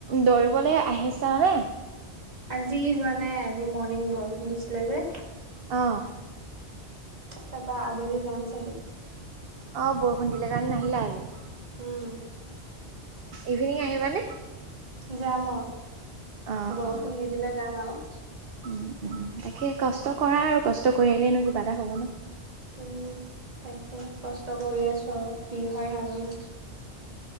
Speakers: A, on the right (about 60°); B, on the right (about 40°).
A: দৌৰিবলৈ আহিছানে
B: আজি যোৱা নাই আজি মৰ্ণিং বৰষুণ দিছিলে যে।
A: অ।
B: তাপা আবেলি যাম চাগে
A: অ বৰষুণ দিলে কাৰণে নাহিলা আজি।
B: উম
A: ইভিনিং আহিবানে?
B: জাম অ
A: অ
B: বৰষুণ
A: অ
B: নিদিলে যাম আও। অ
A: উম তাকে কষ্ট কৰা আৰু কষ্ট কৰিলেনো কিবা এটা হ'ব ন।
B: উম। তাকে কষ্ট কৰি আছো আও। কি হয় নাজানো।